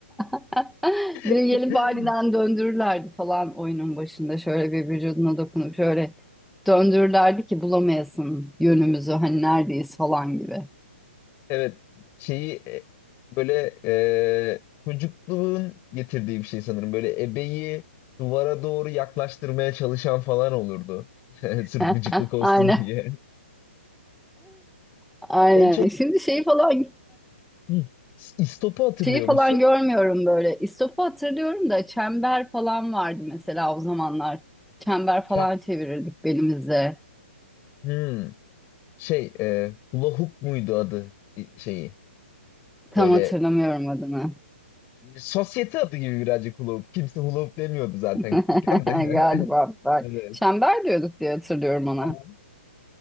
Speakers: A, in the centre; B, on the left.
A: <laughs> Bir
B: <laughs>
A: de gelip aniden döndürürlerdi falan oyunun başında. Şöyle bir vücuduna dokunup şöyle döndürürlerdi ki bulamayasın yönümüzü hani neredeyiz falan gibi.
B: Evet şeyi e, böyle e, çocukluğun getirdiği bir şey sanırım. Böyle ebeyi duvara doğru yaklaştırmaya çalışan falan olurdu. <laughs> Sırf
A: <laughs>
B: gıcıklık olsun
A: Aynen.
B: diye.
A: Aynen.
B: En çok
A: Şimdi şeyi falan
B: Hı. istopu hatırlıyor
A: şeyi falan
B: musun?
A: görmüyorum böyle. İstop'u hatırlıyorum da çember falan vardı mesela o zamanlar. Çember falan
B: Şam-
A: çevirirdik belimizde.
B: Hmm, şey e, hula hoop muydu adı i- şeyi?
A: Tam
B: Böyle
A: hatırlamıyorum adını.
B: Sosyete adı gibi birazcık hula hoop. Kimse hula hoop demiyordu zaten
A: <laughs>
B: küçükken de.
A: Galiba
B: <laughs>
A: ben.
B: Evet.
A: Çember diyorduk diye hatırlıyorum ona.
B: Tamam.